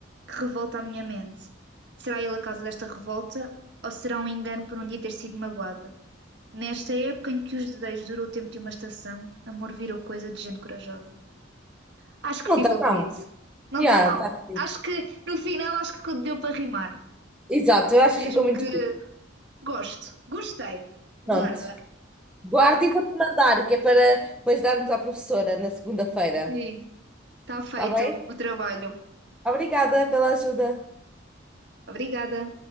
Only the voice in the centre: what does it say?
Não
está
não.
Já,
está crime.
Exato, eu acho
que fica muito
giro.
Pronto. Guarda e vou-te mandar, que é para depois darmos à professora na segunda-feira.
Está bem?
Obrigada pela ajuda.